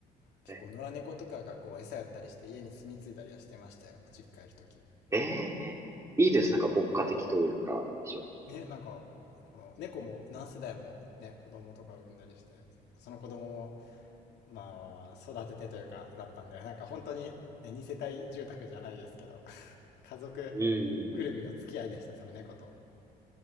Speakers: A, on the left (about 75°); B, on the right (about 15°).
A: 結構野良猫とかがこう餌やったりして家に住み着いたりはしてましたよ。
B: え
A: 実家いる時。
B: ー、えーいいですね。なんか牧歌的というか、非常に。
A: ね、なんか、この猫も何世代もね、子供とか産んだりして、その子供も、まあ、育ててというか、だったんで、なんか本当に、ね、二世帯住宅じゃないですけど、<laughs> 家族
B: うんうんうんうん。
A: ぐるみの付き合いでした、その猫と。